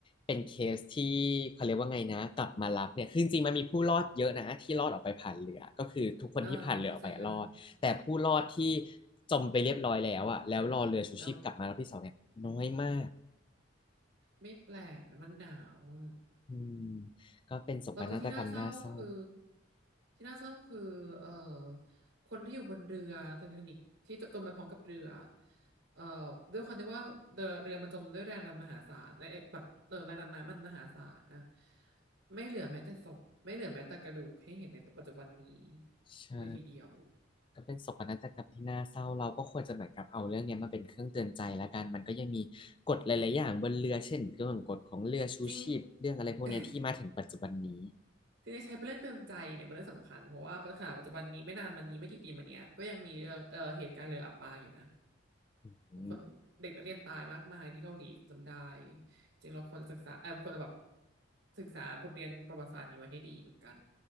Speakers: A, on the left; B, on the right.
A: เป็นเคสที่เขาเรียกว่าไงนะกลับมารับเนี่ยคือจริงๆมันมีผู้รอดเยอะนะที่รอดออกไปผ่านเรือก็คือทุกคนที่ผ่านเรือออกไปอะรอดแต่ผู้รอดที่
B: อ่าเข้าใจได้
A: จมไปเรียบร้อยแล้วอ่ะแล้วรอเรือชูชีพกลับมารอบที่สองเนี่ยน้อยมาก
B: แล้วไม่แปลกนะมันหนาวอ่ะ
A: อืมก็เป็นโศกนาฏกรรมน่าเศร้า
B: แล้วก็ที่น่าเศร้าก็คือที่น่าเศร้าก็คือเอ่อคนที่อยู่บนเรือไททานิกที่จมไปพร้อมกับเรือเอ่อด้วยความที่ว่าเรือเรือมันจมด้วยแรงดันมหาศาลและไอ้แบบเออแรงดันน้ำมันมหาศาลนะไม่เหลือแม้แต่ศพไม่เหลือแม้แต่กระดูกให้เห็นในปัจจุบันนี้
A: ใช่
B: เลยทีเดียว
A: ก็เป็นโศกนาฏกรรมที่น่าเศร้าเราก็ควรจะเหมือนกับเอาเรื่องเนี้ยมาเป็นเครื่องเตือนใจแล้วกันมันก็ยังมีกฎหลายๆอย่างบนเรือเช่นเรื่องกฎของเรือชูชีพเรื่องอะไรพวกเนี้ยที่มาถึงปัจจุบันนี้
B: จริง <laughs> ที่ได้ใช้เป็นเรื่องเตือนใจเนี่ยเป็นเรื่องสำคัญเพราะว่าปัญหาปัจจุบันนี้ไม่นานมานี้ไม่กี่ปีมาเนี้ยก็ยังมีเรื่องเอ่อเหตุการณ์เรืออับปางอยู่นะ
A: อืม
B: คนเด็กนักเรียนตายมากมายที่เกาหลีจำได้จริงเราควรจะศึกษาเออควรจะแบบศึกษาบทเรียนประวัติศาสตร์นี้ไว้ให้ดีเหมือนกัน